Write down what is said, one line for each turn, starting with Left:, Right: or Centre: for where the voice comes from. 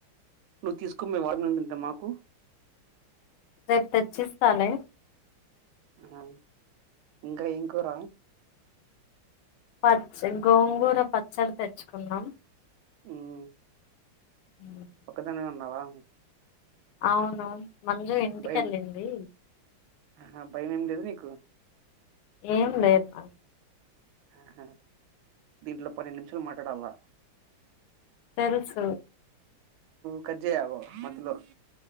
Right: నువ్వు తీసుకుమ్ వాటర్ మెలన తింటె మరి మాకు
Left: రేపు తెచ్చిస్తాలె
Right: అ ఇంక ఎం కూర
Left: పచ్చ గోంగూర పచ్చడి తెచ్చుకున్నాం
Right: ఉమ్
Left: ఉమ్.
Right: ఒక్కదానివే ఉన్నావా
Left: అవును మంజు ఇంటికెళ్ళింది
Right: భయం ఆహ భయం ఏం లేదు నీకు
Left: ఏం లేద్ నాక్
Right: ఆహ దీంట్లొ పన్నెండు నిమిషాలు మాట్లాడాల
Left: తెల్సు
Right: కజ్జా యావ మొదలు